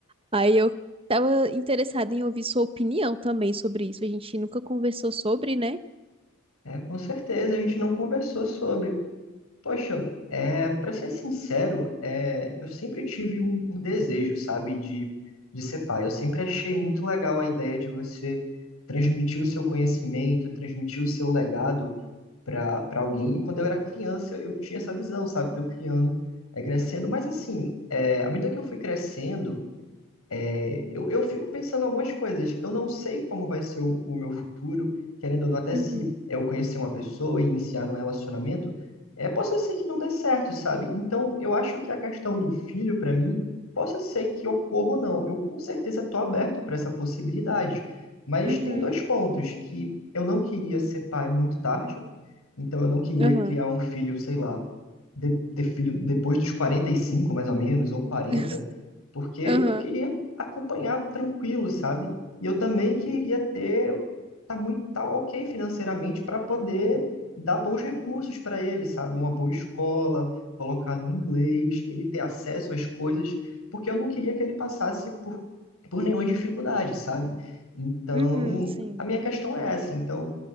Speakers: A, on the right; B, on the left.
A: Aí eu tava interessada em ouvir sua opinião também sobre isso. A gente nunca conversou sobre, né?
B: É, com certeza, a gente não conversou sobre. Poxa, é, para ser sincero, é, eu sempre tive um, um desejo, sabe, de, de ser pai. Eu sempre achei muito legal a ideia de você transmitir o seu conhecimento, transmitir o seu legado para para alguém. E quando eu era criança, eu, eu tinha essa visão, sabe, de eu criando, é, crescendo. Mas assim, é, à medida que eu fui crescendo, É, eu, eu fico pensando algumas coisas. Eu não sei como vai ser o, o meu futuro, querendo ou não, até se
A: Uhum,
B: eu conhecer uma pessoa e iniciar um relacionamento, é, possa ser que não dê certo, sabe? Então, eu acho que a questão do filho, para mim, possa ser que ocorra ou não. Eu com certeza estou aberto para essa possibilidade. Mas
A: uhum,
B: tem dois pontos que eu não queria ser pai muito tarde então eu não queria
A: aham,
B: criar um filho, sei lá, de- ter filho depois dos quarenta e cinco mais ou menos, ou quarenta
A: <laughs>
B: porque
A: aham,
B: eu queria acompanhar tranquilo, sabe? E eu também queria ter, tá muito, tá ok financeiramente para poder dar bons recursos para ele, sabe? Uma boa escola, colocar no inglês, ele ter acesso às coisas, porque eu não queria que ele passasse por, por nenhuma dificuldade, sabe? Então,
A: uhum, sim,
B: a minha questão é essa. Então,